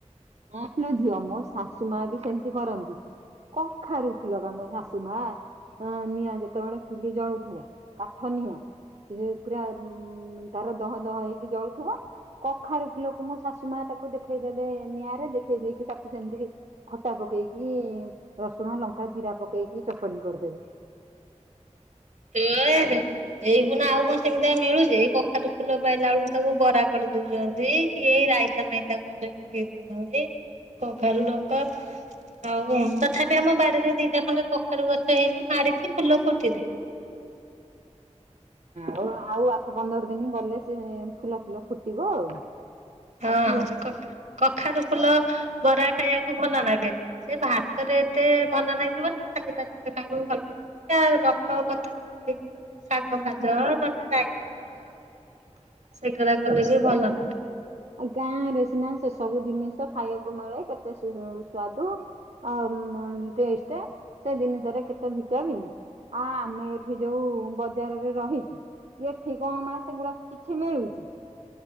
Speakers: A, on the right; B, on the right.
A: ହଁ ଲୋ ଝିଅ ମୋ ଶାଶୁ ମା ବି ସେମିତି କରନ୍ତି। କଖାରୁ ଫୁଲ ବା ମୋ ଶାଶୁ ମା ଅ ନିଆଁ ଯେତେବେଳେ ଚୁଲି ଜଳୁଥିବ କାଠ ନିଆଁ ସେ ପୁରା ଉଁ-ଉ-ଉ ତାର ଦହ ଦହ ହେଇକି ଜଳୁଥିବ। କଖାରୁ ଫୁଲକୁ ମୋ ଶାଶୁ ମା ତାକୁ ଦେଖେଇଦେବେ ନିଆଁ ଦେଖେଇ ଦେଇକି ତାକୁ ସେମିତିି ଖଟା ପକେଇକି ରସୁଣ, ଲଙ୍କା, ଜିରା ପକେଇକି ଚଟଣି କରଦେବେ।
B: <unintelligible> ଏଇଗୁନା ଆଉ କଣ ସେମିତି ଆଉ ମିଳୁଚି ଏଇ କଖାରୁ ଫୁଲ ପାଇଲା ବେଳକୁ ତାକୁ ବରା କରି ଦଉଚନ୍ତି କି ରାଇତା ମାଇତା କଲେ ଯେ ପକେଇ ଦଉଚନ୍ତି କଖାରୁ ଡଙ୍କ। ହଉ ତଥାପି ଆମ ବାଡିରେ ଦିଟା ଖଣ୍ଡେ କଖାରୁୁ ଗଛ ହେଇଛି ମାରିଛି ଫୁଲ ଫୁଟି ନାହିଁ।
A: ଆଉ ଆଉ ଆଠ ପନ୍ଦର ଦିନ ଗଲେ ସେ ଫୁଲ ଫୁଲ ଫୁଟିବ ଆଉ।
B: ହଁ
A: ଆଉ ସିଏ
B: ସେ କଖାର ଫୁଲ ବରା ଖାଇବାକୁ ଭଲ ଲାଗେ। ସେ ଭାତରେ ଏତେ ଭଲ ଲାଗିବନ ଖାଲି ପାତିରେ ଖାଇବାକୁ ଭଲ ଲାଗିବ ସେ ଡଖ ପତ୍ର ଏ ଯୋଉ ଶାଗ ଭାଜ ନମେ ରାଇତା କର।
A: <inaudible>
B: ସେଗା କଲେ ବି ଭଲ ନାହିଁ।
A: ଆ ଗାଁ ରେ ସିନା ସେ ସବୁ ଜିନିଷ ଖାଇବାକୁ ମିଳେ କେତେ ସାଦୁ। ଆ ଟେ ସେ ଜିନିଷରେ କେତେ ଭିଟାମିନ୍। ଆ ଆମେ ଏଠି ଯୋଉ ବଜାରରେ ରହିଛୁ। ଇଏଠି କ ମ ସେଗୁଡା କିଛି ମିଳୁଛି।